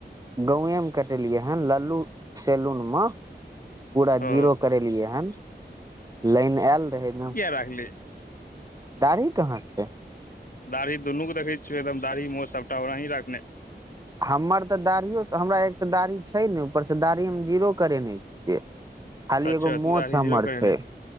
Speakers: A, on the right; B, on the left.
A: गांवेए मे कटेलियै हन लल्लू सैलून में पूरा
B: ओ
A: जीरो करेलियै हन लाइन आयल रहै ने
B: राहिले
A: दाढ़ी कहाँ छै
B: दाढ़ी दुनू के देखै छियै एकदम दाढ़ी मोछ सबटा ओनाही रखने
A: हमर त दाढ़ियो हमरा एक तऽ दाढ़ी छै ने ऊपर से दाढ़ी हम जीरो करेने छियै खाली
B: अच्छा
A: एगो मोछ
B: तू दाढ़ी
A: हमर
B: जीरो करेने
A: छै
B: छी